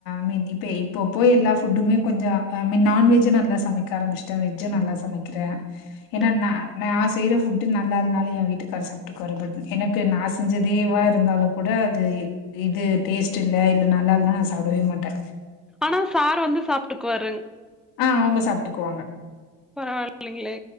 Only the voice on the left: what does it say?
மீன் இப்ப இப்ப போய் எல்லா ஃபுட்டுமே கொஞ்ச ஆ மின் நான்வெஜ்ஜு நல்லா சமைக்க ஆரமிச்ட்டே வெஜ்ஜு நல்லா சமைக்கிறே ஏனா
நா நா ஆஸ் செய்ற ஃபுட்டு நல்லா இல்லனாலு ஏ வீட்டுக்கார் சாப் ட்டுக்குவாரு பட் எனக்கு நா செஞ்சதேவா இருந்தாலு கூட அது இது டேஸ்ட் இல்ல இல்ல நல்லா இல்லனா நா சாப்டவே மாட்டே
ஆ அவங்க சாப்ட்டுக்குவாங்க